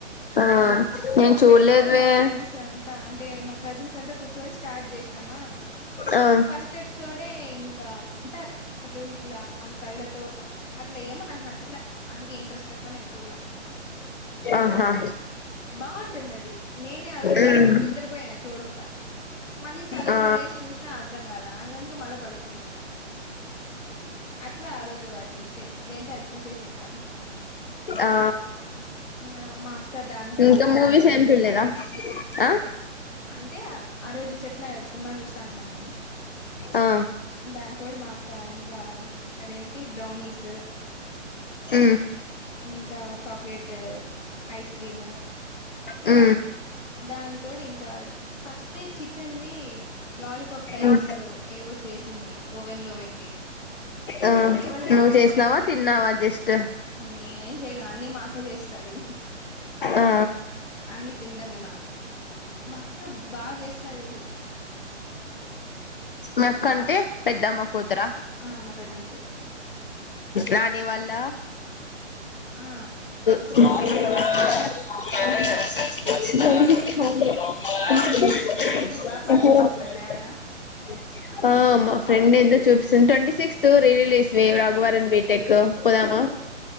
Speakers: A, on the left; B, on the left.
A: ఆ నేను చూడలేదువే
B: పెట్టినారు మా ఫ్రెండ్స్ అంతా అంటే మా కజిన్స్ అంతా కూర్చొని స్టార్ట్ చేసినామా
A: ఆ
B: నాకు ఫస్ట్ ఎపిసోడే ఇంకా అంట అ ఇట్లా ఆమే కళ్ళ తో అట్లా ఏమో నాకు నచ్చలే అందుకు ఇంట్రెస్ట్ ఎక్కువ నేను చూడలే
A: ఆహా
B: బాగుంటుంది అది నేనే ఆ రోజు
A: ఉమ్
B: నిద్రపోయినా చూడకుండా మళ్ళీ సగంల
A: ఆ
B: లేచి చూసినా అర్థం కాల అందుకే మళ్ళ పడుకునేషి అట్లా ఆ రోజు అది మిస్ అయింది లేంటే అది చూసేసింట
A: ఆ
B: ఇంగా మా అక్క దానితోడు
A: ఇంకా మూవీస్
B: ఆ రోజు
A: ఏమి చూడలేదా ఆ
B: అంటే ఆ రోజు చెప్పిన కదా సినిమా చూస్తానుమని
A: ఆ
B: దాని తోటి మా అక్క ఇంకా అదేంటి బ్రౌనీస్
A: ఉ
B: ఇంకా చాక్లెట్ ఐస్ క్రీమ్
A: ఉ
B: దాని తోటి ఇంకా ఫస్టే చికెన్ వి లాలీపప్ టైప్స్
A: ఉమ్
B: ఏవో చేసింది ఓవెన్ లో పెట్టి
A: ఆ
B: ఏవోలే
A: నువ్వు
B: మా అక్క
A: చేసినావా
B: వెరైటీ వెరైటీ
A: తిన్నావా
B: చేస్
A: జస్ట్
B: నేనేం చేయ్యను అన్నీ మా అక్క చేస్తది
A: ఆ
B: అన్నీ తిండమే మనం మా అక్క బాగా చేస్తది
A: మా
B: మ్మ్
A: అక్కంటే పెద్దమ్మ కూతుర
B: ఆ మా పెద్దమ్మ కూతురు
A: నానివల్ల
B: ఆ
A: <unintelligible>
B: మ్మ్
A: <unintelligible>
B: ఏంది బా పాటలు వినిపిస్తాన్నాయి ఆడ
A: ఆ మా ఫ్రెండ్ ఎందు చూపిస్త ట్వంటీ సిక్స్త్ రిలీస్వి రఘువరన్ బీ ట్ ఎకు పోదమా
B: ఓ